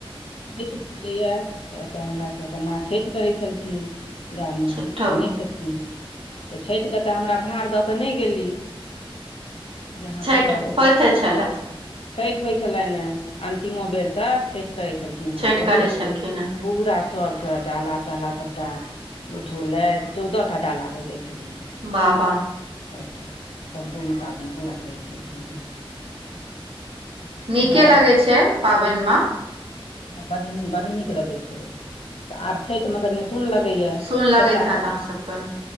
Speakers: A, on the left (about 75°); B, on the right (about 65°).
A: छठि छलैया तऽ ओतऽ हमरा सबके मा छठि करै छलखिन गाममे
B: छठो
A: आब नहि छथिन तऽ छठिके तऽ हमरा भार दऽ कऽ नहि गेली जे आहाँ
B: छठि
A: करब <unintelligible>
B: होइते छलए
A: छठि होइ छलनि ह अन्तिमो बेर तक छठि करै छलखिन
B: छठि
A: हेँ बहुत
B: करै छलखिन हे
A: पूरा सबके डाला ताला सबटा उठौलैथ चौदह टा डाला भ जै छलै
B: बा बा
A: सभटा सम्पूर्ण पाबनि पूरा करै छलखिन हेँ ठकुआ
B: नीके लगे छै पाबन मे
A: बड़ बड नीक लगै छै तऽ आब छठि मे कनि सुन लगैया
B: सुन लगैत
A: एकटा
B: हैत
A: के
B: अहाँ सबके